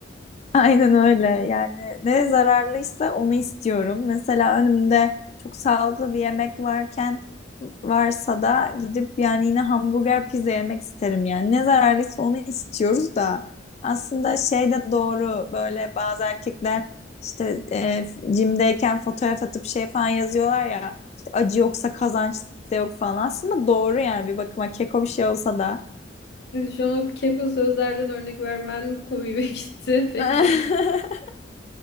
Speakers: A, on the left; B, on the left.
A: Aynen öyle. Yani ne zararlıysa onu istiyorum. Mesela önümde çok sağlıklı bir yemek varken varsa da gidip yani yine hamburger pizza yemek isterim yani. Ne zararlıysa onu istiyoruz da aslında şey de doğru böyle bazı erkekler işte e, jimdeyken fotoğraf atıp şey falan yazıyorlar ya işte acı yoksa kazanç da yok falan. Aslında doğru yani bir bakıma keko bir şey olsa da.
B: Yani şu an o keko sözlerden örnek vermen komiğime gitti. <laughs> Bekle.
A: <laughs>